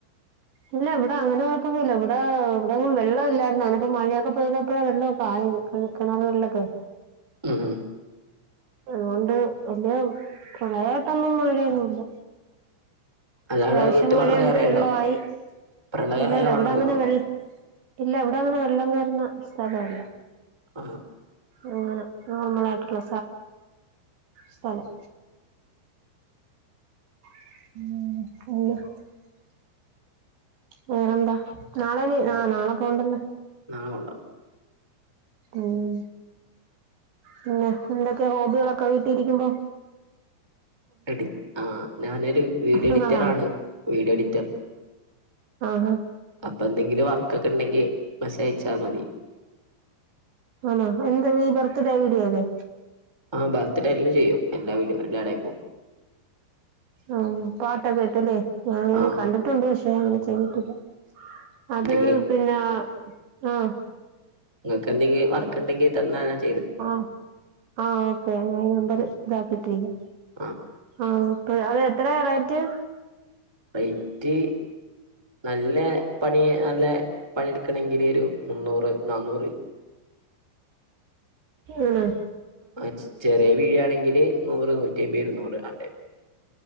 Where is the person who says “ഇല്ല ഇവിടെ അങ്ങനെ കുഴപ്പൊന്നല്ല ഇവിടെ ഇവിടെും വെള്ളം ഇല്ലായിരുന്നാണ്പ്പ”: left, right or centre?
Right